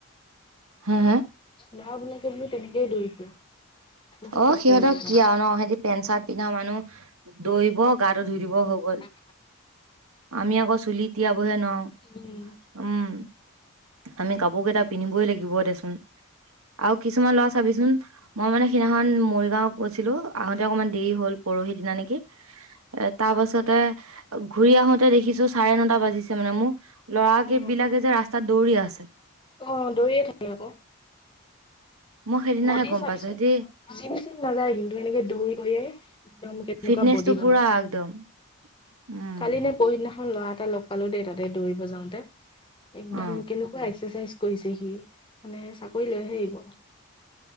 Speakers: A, on the right; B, on the left.
A: হা হা।
B: ল'ৰাবলাকে বোলো তেনেকেই দৌৰি ফুৰে বহুত
A: অ
B: কষ্ট
A: সিহঁতক
B: কৰিব পাৰে
A: কি আৰু ন সিহতি পেণ্ট চাৰ্ট পিন্ধা মানুহ দৌৰিব গাটো ধুই দিব হবই
B: অ।
A: আমি আকৌ চুলি তিয়াবহে নোৱাৰো
B: উম
A: উম আমি কাপোৰ কেইটা পিন্ধিবই লাগিব। লিব দেচোন আৰু কিছুমান ল'ৰা চাবিচোন মই মানে। সিদিনাখন মৰিগাঁও গৈছিলো আহোঁতে অকমান দেৰি হ'ল পৰহি দিনা নেকি এ তাৰ পাছতে ঘূৰি আহোতে দেখিছো চাৰে নটা বাজিছে মানে মোৰ। লৰাৰাকেই
B: অ
A: বিলাকে যে ৰাস্তাত দৌৰি আছে।
B: অ দৰিয়ে থাকি আকৌ।
A: মই সেইদিনাহে
B: বডি
A: গম
B: চাবিছোন
A: পাইছো সিহতি
B: সিহতক জম চম নাযায় কিন্তু এনেকে দৌৰিয়ে একদম কেনেকুৱা
A: ফিটনেচটো
B: বডি বনাই
A: পুৰা
B: আছে।
A: একদম উম
B: কালি নে পহদিনাখন ল'ৰা এটা লগ পালো দেই তাতে দৌৰিব যাওঁতে। একদম
A: অ
B: কেনেকুৱা এক্সাৰচাইজ কৰিছে সি মানে চাকৰি লৈহে আহিব?